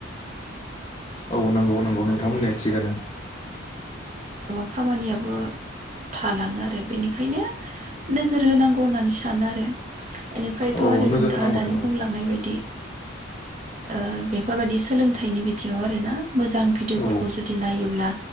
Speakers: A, on the left (about 25°); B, on the right (about 35°).
A: औ नंगौ नंगौ नोंथां बुंनाया थिगानो
B: गोबां खामानियाबो थालाङो आरो बेनिखायनो नोजोर होनांगौ होननानै सा सानो आरो बेनिफ्रायथ'
A: औ
B: आरो
A: नोजोर
B: नोंथाङा
A: होनांगौथ'
B: दानि बुंलांनाय बायदि ओ बेफोर बायदि। सोलोंथाइनि बिथिङाव आरोना मोजां भिडिअफोरखौ
A: औ
B: जुदि नायोब्ला